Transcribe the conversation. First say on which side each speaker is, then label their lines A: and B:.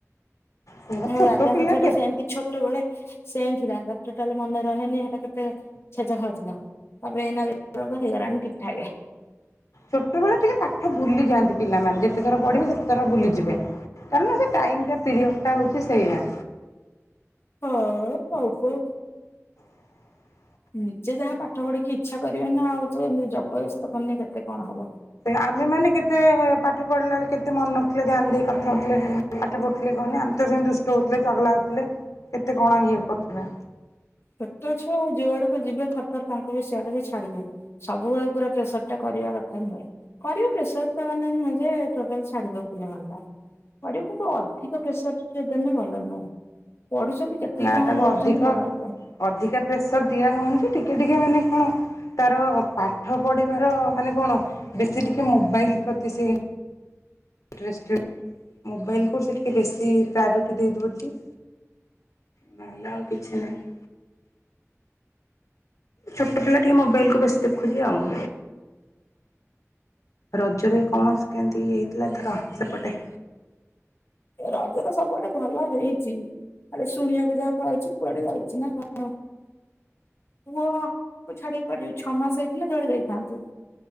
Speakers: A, on the left; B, on the left.
A: ସେଗୁରା
B: ମୋ
A: ଛୋଟ
B: ଦାଦାଙ୍କଝିଅ
A: ପିଲା କେ
B: ଟା ସେମିତି। ଛୋଟବଳେ ସେନ୍ ଥିଲା ତା ଟୋଟାଲ ମନେ ରହେନି ସେଟା କେତେ ଛେଚା ଖାଉଥିଲା। ତାପରେ ଏଇନା ଦେଖିଲା ବେଳକୁ ହେଇଗଲାଣି ଠିକ୍ ଠାକ୍।
A: ଛୋଟବେଳେ ଟିକେ ପାଠ ଭୁଲିଯାଆନ୍ତି ପିଲାମାନେ ଯେତେ ଥର ପଢ଼ିବେ ସେତେ ଥର ବୁଲିଯିବେ। କାରଣ ସେ ଟାଇ ଟା ପିରିୟଡ ଟା ହଉଛି ସେଇଆ।
B: ହଁ ହବ।
A: <inaudible>
B: ନିଜେ ଯାହା ପାଠ ପଢିକି ଇଚ୍ଛା କରିବେ ନା ଆଉ ତୁ ଏମତି ଜବରଦସ୍ତ କରିନେ କେତେ କଣ ହବ।
A: ଆମେ ମାନେ କେତେ ପାଠ ପଢିଲା ବେଳେ କେତେ ମନେ ରଥିଲେ ଧ୍ୟାନ ଦେଇ କଥା ହଉଥିଲେ। ପାଠ ପଢ଼ୁଥିଲେ କହନି ଆମେ ତ ସେମିତି ଦୁଷ୍ଟ ହଉଥିଲେ। ଚଗଲା ହଉଥିଲେ, କେତେ କଣ ଇଏ କରୁଥିଲେ।
B: ଛୋଟ ଛୁଆଉ ଯୁଆଡେକୁ ଯିବେ ଥର ଥର ତାଙ୍କୁ ବି ସିଆଡେକୁ ଛାଡିବୁ। ସବୁବେଳେ ପୁରା ପ୍ରେସର ଟା କରିବା କଥା ନୁହେଁ। କରିବ ପ୍ରେସର ତା ମାନେ ନୁହଜେ ନୁହେଁ ଯେ ଟୋଟାଲ ସାଢୀ ଦ କିଲୋ ମଟା?? ପଢିବ କିନ୍ତୁ ଅଧିକ ପ୍ରେସର ଟିକେ ଦେନ ଭଲ ନୁହଁ ପଢୁଛନ୍ତି। କେତିକି
A: ନା
B: ସମୟ
A: ତାକୁ
B: ପଢୁଛନ୍ତି
A: ଅଧିକ
B: ପଢ଼ାନ୍ତୁ।
A: ଅଧିକା ପ୍ରେସର ଦିଆହଉଛି ଟିକେ ଟିକେ ମାନେ କଣ? ତାର ପାଠ ପଢ଼ିବାର ମାନେ କଣ ବେଶୀ ଟିକି ମୋବାଇଲ ପ୍ରତି ସେଇ ଇଣ୍ଟ୍ରେଷ୍ଟେଡ ମୋବାଇଲକୁ ସେ ଟିକେ ବେଶୀ ପ୍ରାୟୋରିଟି ଦେଇ ଦଉଛି। ନହେଲେ ଆଉ କିଛି ନାହିଁ। ଛୋଟ ପିଲା ଟିକେ ମୋବାଇଲ କୁ ବେଶୀ ଦେଖୁଛି ଆଉ। ରଜରେ କଣ କେମିତି ଇଏ ହେଇଥିଲାଏ ଥର ସେପଟେ?
B: ରଜ ତ ସବୁଆଡେ ଭଲ ହେଇଚି। ଆରେ ଶୁଣିବାକୁ ଯାହା ପାଉଛି କୁଆଡେ ଯାଉଛି ନା କଣ। ପୁଅ କୁ ଛାଡିକି କୁଆଡେ ଯିବୁ ଛଅ ମାସ ହେଇଥିଲେ ଯୁଆଡେ ଯାଇଥାନ୍ତୁ।